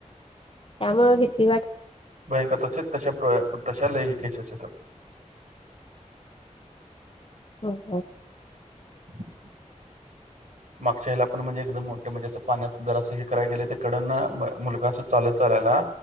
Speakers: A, on the left; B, on the right.
A: त्यामुळं भीती वा
B: <inaudible> तशा लय केसेस येतात.
A: होय काय?
B: <inaudible> मागच्या ह्याला पण म्हणजे एकदम मोठे म्हणजे असं पाण्यात जर असं हे कराय गेलं ते कडंन मुलगा असं चालत चालायला